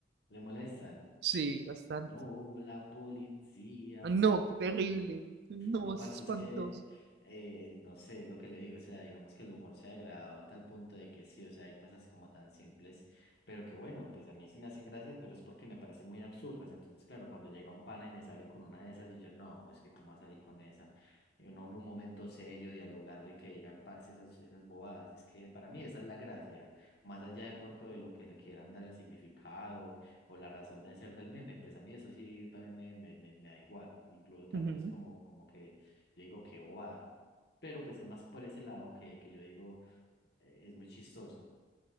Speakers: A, on the left; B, on the right.
A: Le molestan.
B: Sí, bastante.
A: No, la policía.
B: Ah, No, qué terrible. No,
A: No, parce,
B: es espantoso.
A: es que eh, no sé es lo que le digo. O sea, digamos que el humor se ha degradado a tal punto de que sí, o sea, hay cosas como tan simples, pero que bueno, pues a mí sí me hacen gracias, pero es porque me parecen muy absurdas. Entonces, claro, cuando llega un pana y me sale con una de esas, y yo, no, es que cómo va a salir con esa. Y uno en un momento serio, dialogando y que digan, parce, esas, esas bobadas. Es que para mí esa es la gracia, más allá de pronto de lo que le quieran dar el significado o la razón del ser del meme, pues a mí eso sí también me, me, me, me da igual. Incluso también
B: Ujú.
A: es como, como que yo digo que bobada, pero pues es más por ese lado que, que yo digo eh, es muy chistoso.